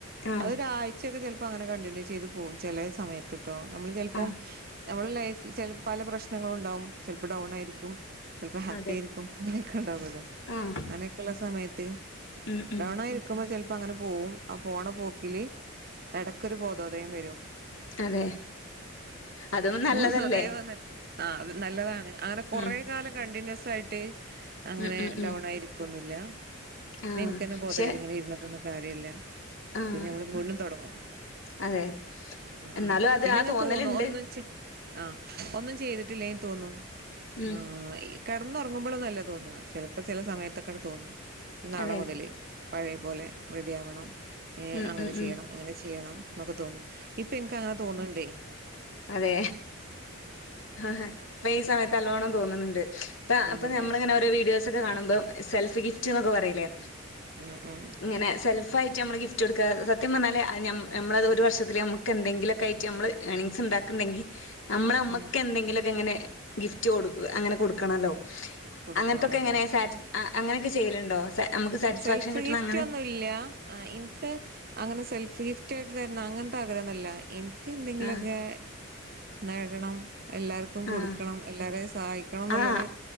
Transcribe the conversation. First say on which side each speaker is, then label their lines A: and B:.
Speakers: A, on the left; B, on the right.
A: ആഹ്
B: അതൊരു ആഴ് ച്ചൊക്കെ ചിലപ്പോൾ അങ്ങനെ കണ്ടിന്യൂ ചെയ്ത് പോകും ചെലേ സമയത്ത്ട്ടോ നമ്മള് ചെലപ്പം
A: ആഹ്
B: നമ്മുടെ ലൈഫിൽ ചില പല പ്രശ്നങ്ങൾ ഉണ്ടാവും ചിലപ്പോൾ ഡൗൺ ആയിരിക്കും ചിലപ്പോ ഹാപ്പി
A: അതെ
B: ആയിരിക്കും അങ്ങനൊക്കെ ഉണ്ടാവോല്ലോ
A: ആഹ്
B: അങ്ങനെയൊക്കെള്ള സമയത്ത്
A: ഉം ഉം
B: ഡൗൺ ആയിരി ക്കുമ്പോ ചിലപ്പോ അങ്ങനെ പോവും ആ പോണ പോക്കില് എടക്കൊരു ബോധോദയം വരും
A: അതെ അതും നല്ലതല്ലേ
B: ബോധയം വന്നിട്ട് ആഹ് നല്ലതാണ് അങ്ങനെ കൊറേ
A: ഉം
B: കാലം കണ്ടിന്യൂസ് ആയിട്ട് അങ്ങനെ
A: ഉം ഉം ഉം
B: ഡൗൺ ആയി ഇരിക്കൊന്നുല്ല
A: ആഹ്
B: എനിക്ക് തന്നെ ബോധം
A: പക്ഷെ
B: വരും ഇങ്ങനെ ഇരുന്നിട്ടൊന്നും കാര്യല്ല
A: ആഹ്
B: പിന്നെ നമ്മള് ഫുള്ളും തുടങ്ങും
A: അതെ
B: ആഹ്
A: എന്നാലും
B: ആഹ്
A: അത്
B: പിന്നെങ്ങനെ
A: ആ തോന്നല്ണ്ട്
B: തോന്നും ഒന്നും ചെ ആഹ് ഒന്നും ചെയ്തിട്ടില്ലങ്കിൽ തോന്നും
A: ഉം
B: ആഹ് ഇ കെടന്നുറങ്ങുമ്പളൊന്നും അല്ല തോന്നാ ചിലപ്പോ ചില സമയത്തൊക്കെണ് തോന്നും ഇനി നാളെ
A: അതെ
B: മുതല് പഴയ പോലെ റെഡി ആവണം
A: ഉം
B: അങ്ങനെ
A: ഉം
B: ചെയ്യണം
A: ഉം
B: ഇങ്ങനെ ചെയ്യണം എന്നൊക്കെ തോന്നും ഇപ്പൊ ഇൻക്ക് അങ്ങനെ തോന്ന്ണ്ടേ
A: അതേ ആഹ് ഇപ്പൊ ഈ സമയത്ത് നല്ലോണം തോന്നുന്നുണ്ട് ഇപ്പ
B: തോന്നുന്നുണ്ട്
A: ഇപ്പൊ നമ്മളിങ്ങനെ ഓരോ വീഡിയോസ് ഒക്കെ കാണുമ്പോൾ സെൽഫ് ഗിഫ്റ്റ് എന്നൊക്കെ പറയില്ലേ
B: ഉം ഉം
A: ഇങ്ങനെ സെൽഫ് ആയിട്ട് നമ്മൾ ഗിഫ്റ്റ് കൊടുക്കാ സത്യം പറഞ്ഞാല് നമ്മ നമ്മളത് ഒരു വർഷത്തില് നമുക്ക് എന്തെങ്കിലൊക്കായിട്ട് നമ്മൾ ഏണിംഗ് സ് ഉണ്ടാക്ക്ണ്ടെങ്കി നമ്മള് നമ്മക്ക്
B: ഉം
A: എന്തെങ്കിലൊക്കെ ഇങ്ങനെ ഗിഫ്റ്റ് കൊടു അങ്ങനെ കൊടുക്കണല്ലോ അ
B: കൊടുക്കാം
A: അങ്ങനത്തൊക്കെ
B: ഉം
A: എങ്ങനെ സാറ്റി അങ്ങനെയൊക്കെ ചെയ്യലുണ്ടോ നമുക്ക് സാറ്റിസ്ഫാക്ഷൻ
B: സെൽഫ്
A: കിട്ടണ
B: ഗിഫ്റ്റ്
A: അങ്ങനെ
B: ഒന്നും ഇല്ല ആഹ് ഇൻക്ക് അങ്ങനെ സെൽഫ് ഗിഫ്റ്റ് ആയിട്ട് തരണം അങ്ങനത്തെ ആഗ്രഹം ഒന്നുല്ല എൻക്ക് എന്തെങ്കിലൊക്കെ
A: ആഹ്
B: നേടണം എല്ലാർക്കും കൊടുക്കണം
A: ആഹ്
B: എല്ലാരെയും സഹായി ക്കണം എന്നുള്ളൊരു
A: ആഹ്